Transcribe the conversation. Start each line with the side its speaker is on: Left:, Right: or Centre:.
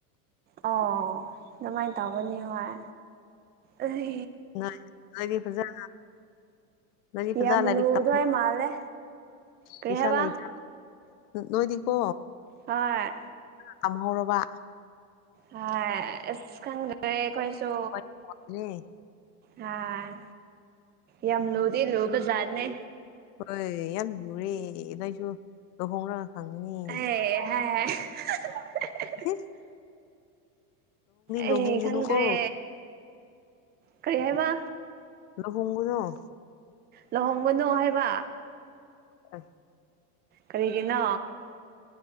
Right: ꯑꯣ ꯑꯗꯨꯃꯥꯏꯅ ꯇꯧꯒꯅꯤ ꯍꯣꯏ ꯑꯦ
Left: ꯉ ꯐ꯭ꯔꯖꯥ ꯉꯔꯤ ꯐ꯭ꯔꯖꯥ
Right: ꯌꯥꯝ
Left: ꯂꯥꯏꯔꯤꯛ
Right: ꯂꯨꯗꯣꯏ
Left: ꯇꯃ
Right: ꯃꯥꯜꯂꯦ ꯀꯔꯤ
Left: ꯄꯩꯁꯥ
Right: ꯍꯥꯏꯕ
Left: ꯂꯩꯇ꯭ꯔ ꯅꯣꯏꯗꯤꯀꯣ
Right: ꯍꯣꯏ꯫
Left: ꯇꯥꯝꯍꯧꯔꯣꯕ
Right: ꯍ ꯑꯁ ꯈꯪꯗꯔꯦ ꯑꯩꯈꯣꯏꯁꯨ
Left: ꯂꯣꯏꯅ ꯇꯧꯔꯦ
Right: ꯍꯥꯥ ꯌꯥꯝ ꯌꯥꯝ ꯂꯨꯗꯤ ꯂꯨꯕ ꯖꯠꯅꯦ
Left: ꯍꯣꯏ ꯌꯥꯝ ꯂꯨꯔꯦ ꯅꯣꯏꯁꯨ ꯂꯨꯍꯣꯡꯂꯒ ꯈꯪꯉꯤꯅꯤ
Right: ꯑꯦ ꯍꯥꯏ <unintelligible>
Left: ꯍ <unintelligible>
Right: ꯑꯩ
Left: ꯂꯨꯍꯣꯡꯒꯅꯨꯀꯣ
Right: ꯈꯪꯗ꯭ꯔꯦ ꯀꯔꯤ ꯍꯥꯏꯕ
Left: ꯂꯨꯍꯣꯡꯕꯗꯣ
Right: ꯂꯨꯍꯣꯡꯒꯅꯨ ꯍꯥꯏꯕ
Left: ꯑ
Right: ꯀꯔꯤꯒꯤꯅꯣ